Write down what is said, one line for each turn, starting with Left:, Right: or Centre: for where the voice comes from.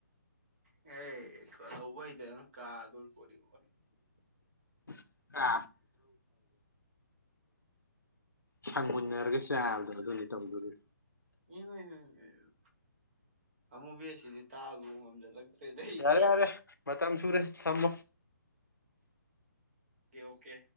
Right: ꯌꯥꯔꯦ ꯀꯣ ꯂꯥꯎꯕ ꯍꯩꯇꯥꯗꯅꯅ ꯀꯥꯗꯣꯏꯄꯣꯠꯅꯤ
Left: <unintelligible> ꯑ ꯁꯪꯃꯨꯟꯅꯔꯒ ꯆꯥꯕꯗꯣ ꯑꯗꯨꯅꯤ ꯇꯧꯗꯣꯔꯤ
Right: ꯏꯃꯥꯢꯃꯩ ꯃꯩ ꯑꯃꯨꯕꯤ ꯑꯁꯤꯗꯤ ꯇꯥꯕ ꯉꯝꯖꯜꯂꯛ ꯐꯦꯗ ꯍꯩꯅꯤ
Left: ꯌꯥꯔꯦ
Right: <unintelligible>
Left: ꯌꯥꯔꯦ ꯃꯇꯝ ꯁꯨꯔꯦ ꯊꯝꯃꯣ
Right: ꯑꯣꯀꯦ ꯑꯣꯀꯦ